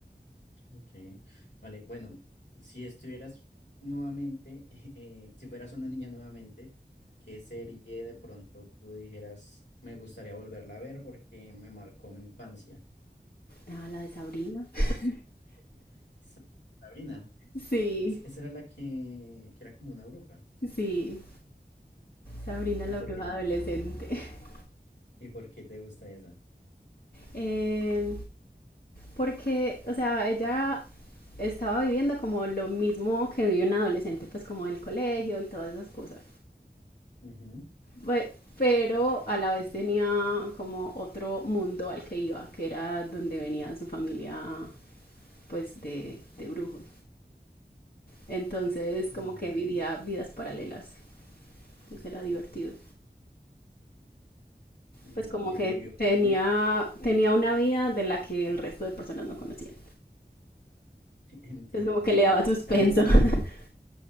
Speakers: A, on the left (about 85°); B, on the left (about 60°).
A: Ok, vale, bueno, si estuvieras nuevamente, <laughs> eh, si fueras una niña nuevamente, ¿qué serie de pronto tú dijeras, me gustaría volverla a ver porque me marcó mi infancia?
B: Ah, la de Sabrina. <laughs>
A: Pues Sa- Sabrina,
B: Sí,
A: es- esa era la que, que era como una bruja.
B: sí, Sabrina
A: ¿Y
B: la
A: por
B: bruja
A: qué,
B: adolescente. <laughs>
A: y por qué te gusta esa?
B: Eh, porque, o sea, ella estaba viviendo como lo mismo que vive un adolescente, pues como del colegio y todas esas cosas.
A: Ujú,
B: Pues, pero a la vez tenía como otro mundo al que iba, que era donde venía su familia, pues de, de brujos. Entonces,
A: mm,
B: como que
A: Vale,
B: vivía vidas paralelas. Entonces era divertido.
A: vale,
B: pues como que
A: yo
B: tenía,
A: de-
B: tenía una vida de la que el resto de personas no conocían.
A: <laughs> entiendo.
B: Es como que le daba suspenso.
A: Mira que
B: <laughs>